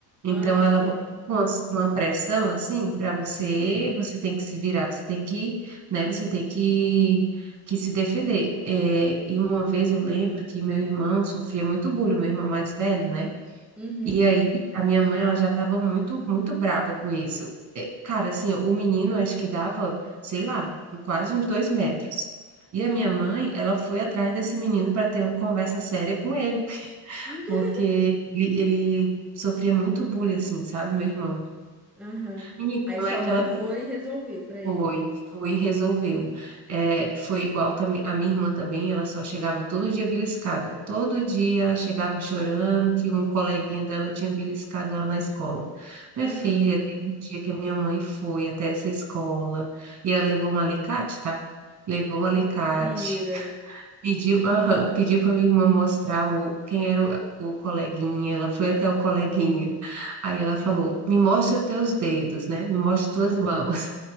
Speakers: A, in the centre; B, on the right (about 35°).
A: Ah,
B: Então ela
A: sim.
B: bota uma, uma pressão assim para você, você tem que se virar, você tem que, né, você tem que, que se defender. É, e uma vez eu lembro que meu irmão sofria muito bullying, meu irmão mais velho, né?
A: Uhum.
B: E aí, a minha mãe, ela já estava muito, muito braba com isso. É, Cara, assim, o menino, acho que dava, sei lá, quase uns dois metros. E a minha mãe, ela foi atrás desse menino para ter uma conversa séria com ele,
A: <laughs>
B: porque ele, ele sofria muito bullying, assim, sabe, meu irmão?
A: Aham.
B: Menino,
A: Aí
B: não
A: sua
B: é aquela
A: mãe foi resolver pra
B: foi,
A: ele.
B: foi, resolveu. É, foi igual também, a minha irmã também, ela só chegava todo dia beliscada. Todo dia ela chegava chorando que um coleguinha dela tinha beliscado ela na escola.
A: Aham.
B: Minha filha, teve um dia que a minha mãe foi até essa escola e ela levou um alicate, tá? Levou um alicate.
A: Mentira.
B: Pediu, aham, pediu para minha irmã mostrar o, quem era o, o coleguinha. Ela foi até o coleguinha. Aí ela falou: Me mostra teus dedos, né? Me mostra tuas mãos.